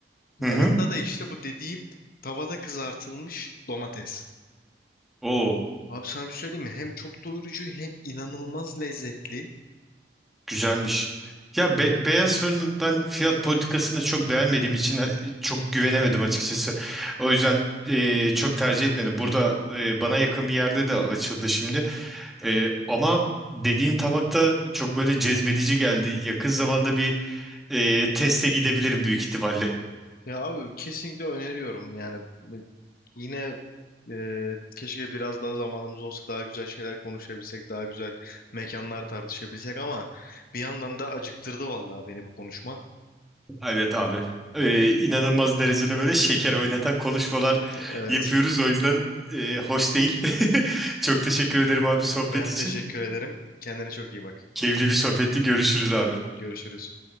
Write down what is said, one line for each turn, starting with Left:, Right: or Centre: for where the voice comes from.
Left: Yanında
Centre: Hı hı.
Left: da işte bu dediğim tavada kızartılmış domates.
Centre: Oo.
Left: Abi sana bir şey söyleyeyim mi? Hem çok doyurucu hem inanılmaz lezzetli.
Centre: Güzelmiş. Ya be- beyaz fırının ben fiyat politikasını çok beğenmediğim için e, çok güvenemedim açıkçası. O yüzden e, çok tercih etmedim. Burada e, bana yakın bir yerde de açıldı şimdi. E, ama dediğin tabakta çok böyle cezbedici geldi. Yakın zamanda bir e, teste gidebilirim büyük ihtimalle.
Left: Ya abi kesinlikle öneriyorum. Yani b- yine e, keşke biraz daha zamanımız olsa daha güzel şeyler konuşabilsek, daha güzel mekanlar tartışabilsek ama bir yandan da acıktırdı vallahi beni bu konuşma.
Centre: Evet abi. E, inanılmaz derecede böyle şeker oynatan konuşmalar
Left: Evet.
Centre: yapıyoruz. O yüzden e, hoş değil. <laughs> Çok teşekkür ederim abi sohbet
Left: Ben
Centre: için.
Left: teşekkür ederim. Kendine çok iyi bak.
Centre: Keyifli bir sohbetti. Görüşürüz abi.
Left: Görüşürüz.